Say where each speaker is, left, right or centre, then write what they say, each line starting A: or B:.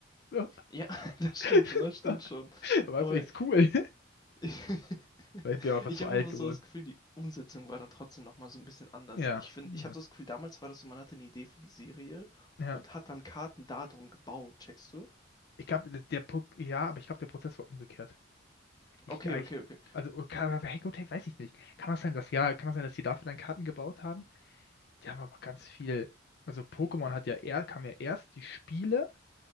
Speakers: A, on the left (about 55°); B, on the left (about 20°).
A: So.
B: ja, <laughs> das
A: <laughs>
B: stimmt schon, das stimmt schon.
A: Da war
B: Aber
A: es wenigstens cool.
B: <laughs>
A: Weil ich bin ja einfach
B: Ich
A: zu
B: habe
A: alt
B: einfach
A: geworden.
B: so das Gefühl, die Umsetzung war dann trotzdem nochmal so ein bisschen anders.
A: Ja,
B: Ich finde,
A: ja,
B: ich habe so das Gefühl, damals war das so, man hatte eine Idee für die Serie
A: ja.
B: und hat dann Karten darum gebaut, checkst du?
A: Ich glaube, der, der Pro- ja, aber ich glaube, der Prozess war umgekehrt. Ich,
B: Okay,
A: ich
B: okay, okay.
A: also, kann, hey, gut, hey, weiß ich nicht. Kann das sein, dass ja, kann das sein, dass die dafür dann Karten gebaut haben? Die haben aber ganz viel. Also Pokémon hat ja eher, kam ja erst die Spiele,